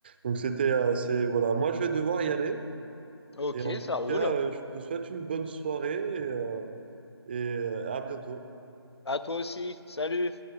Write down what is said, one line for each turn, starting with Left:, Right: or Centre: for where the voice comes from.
Right: Donc c'était euh, c'est voilà, moi je vais devoir y aller
Left: Ok,
Right: et en tout
Left: ça roule.
Right: cas euh, je te souhaite une bonne soirée et, euh, et euh, à bientôt.
Left: À toi aussi. Salut.